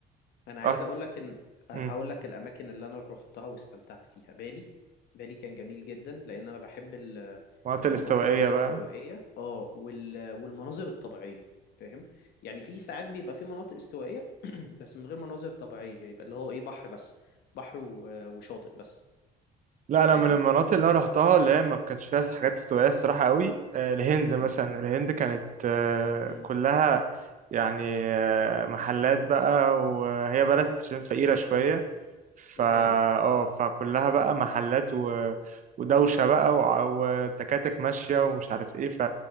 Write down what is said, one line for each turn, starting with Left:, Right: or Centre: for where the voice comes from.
Left: انا عايز
Right: رحت
Left: اقول لك ان آه،
Right: مم.
Left: هقول لك الاماكن اللي انا روحتها واستمتعت فيها بالي بالي كان جميل جدا لان انا بحب ال-
Right: مناطق
Left: المناطق
Right: الاستوائية
Left: الاستوائيه
Right: بقى
Left: اه وال... والمناظر الطبيعيه فاهم يعني في ساعات بيبقى في مناطق استوائيه <clears throat> بس من غير مناظر طبيعيه يبقى اللي هو ايه بحر بس بحر و... وشاطئ بس
Right: لا انا
Left: فاهم
Right: من المناطق اللي انا رحتها اللي هي ما كانش فيها حاجات استوائيه الصراحه قوي آه، الهند
Left: امم
Right: مثلا الهند كانت آه،
Left: امم
Right: كلها يعني آه، محلات بقى وهي بلد عشان فقيره شويه
Left: امم
Right: فا
Left: دي حقيقه
Right: اه فكلها بقى محلات و... ودوشه بقى وع- وتكاتك ماشيه ومش عارف ايه ف...